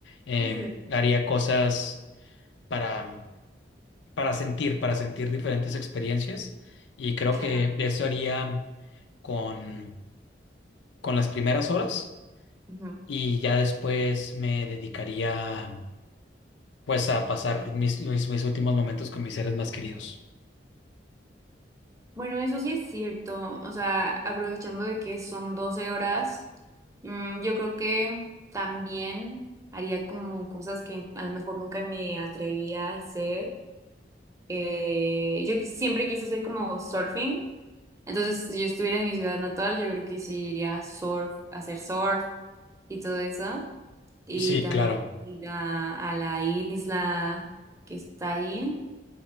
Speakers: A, on the left; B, on the right.
A: Em,
B: Sí,
A: haría cosas para para sentir, para sentir diferentes experiencias. Y creo
B: claro.
A: que eso haría con, con las primeras horas
B: Ujú.
A: y ya después me dedicaría pues a pasar mis, mis, mis últimos momentos con mis seres más queridos.
B: Bueno, eso sí es cierto. O sea, aprovechando de que son 12 horas, mm, yo creo que también haría como cosas que a lo mejor nunca me atrevía a hacer. Eh, yo siempre quise hacer como surfing. Entonces, si yo estuviera en mi ciudad natal, yo creo que sí iría a surf, a hacer surf. y todo eso. Y
A: Sí,
B: también
A: claro.
B: ir a, a la isla que está ahí